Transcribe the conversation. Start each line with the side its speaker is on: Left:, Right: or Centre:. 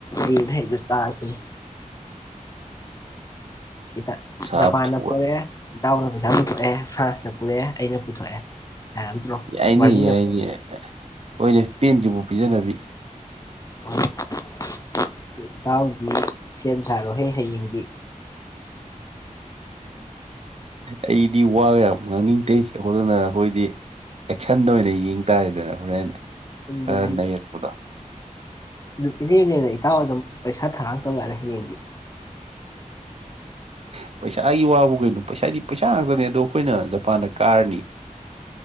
Left: ꯃꯤꯅ ꯍꯦꯛꯇ ꯆꯥꯁꯤꯅꯦ ꯏ
Right: ꯁꯥ
Left: ꯖꯄꯥꯟꯅ
Right: ꯄꯨꯊꯣꯛꯄ
Left: ꯄꯔꯦ ꯏꯇꯥꯎꯅ ꯄꯩꯁꯥ ꯄꯨꯊꯣꯛꯑꯦ ꯐ꯭ꯔꯥꯟꯁꯅ ꯄꯨꯔꯛꯑꯦ ꯑꯩꯅ ꯄꯨꯊꯣꯛꯑꯦ ꯌꯥꯔꯝꯗ꯭ꯔꯣ
Right: ꯌꯥꯏꯅꯤ
Left: ꯚꯔꯖꯤꯟꯅ
Right: ꯌꯥꯏꯅꯤ
Left: ꯄꯨꯔꯛꯑꯦ
Right: ꯑꯣꯏꯅꯦꯦ ꯄꯦꯟꯁꯤꯕꯨꯥꯎ ꯄꯤꯖꯅꯕꯤ
Left: ꯑꯣꯏ ꯏꯇꯥꯎꯗꯤ ꯁꯦꯝ ꯁꯥꯔꯣꯍꯦ ꯍꯌꯦꯡꯒꯤ
Right: ꯑꯩꯗꯤ ꯋꯥꯕ ꯌꯥꯝ ꯉꯥꯡꯅꯤꯡꯗꯦ ꯑꯗꯨꯗꯅ ꯑꯩꯈꯣꯏꯗꯤ ꯑꯦꯛꯁꯟꯗ ꯑꯣꯏꯅ ꯌꯦꯡ ꯇꯥꯔꯦꯗꯅ ꯍꯣꯔꯦꯟ
Left: ꯌꯨꯝꯗ
Right: ꯈꯔ ꯅꯔꯛꯄꯗꯣ
Left: ꯑꯗꯨ ꯏꯔꯦꯝꯅꯦꯦꯟꯅ ꯏꯇꯥꯎ ꯑꯗꯨꯝ ꯄꯩꯁꯥ ꯊꯔꯥꯡ ꯇꯧꯔꯛꯂꯦ ꯍꯌꯦꯡꯒꯤ
Right: ꯎ ꯄꯩꯁꯥꯒꯤ ꯋꯥꯕꯨ ꯀꯩꯅꯣ ꯄꯩꯁꯥꯗꯤ ꯄꯩꯁꯥ ꯉꯥꯛꯇꯅꯦ ꯑꯗꯣ ꯑꯩꯈꯣꯏꯅ ꯖꯄꯥꯟꯗ ꯀꯥꯔꯅꯤ <inaudible>